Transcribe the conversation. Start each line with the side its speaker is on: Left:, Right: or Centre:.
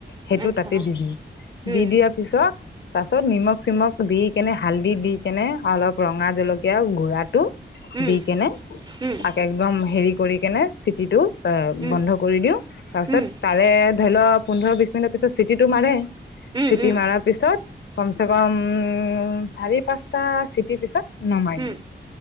Left: সেইটো
Right: আচ্ছা,
Left: তাতে দি দি
Right: উম,
Left: দি দিয়াৰ পিছত। তাৰছত নিমখ চিমখ দি কেনে হালধি দি কেনে অলপ ৰঙা জলকীয়া গুৰাটো
Right: উম,
Left: দি কেনে
Right: উম, উম,
Left: তাকে একদম হেৰি কৰি কেনে চিটিটো। এ
Right: উম,
Left: বন্ধ কৰি দিওঁ তাৰ পিছত
Right: উম,
Left: তাৰে ধৰি ল পোন্ধৰ বিছ মিনিটৰ পিছত চিটিটো মাৰে।
Right: উম,
Left: চিটি মাৰাৰ পিছত কম চে কম উম চাৰি পাঁচটা চিটিৰ পিছত নমাই
Right: উম,
Left: দিওঁ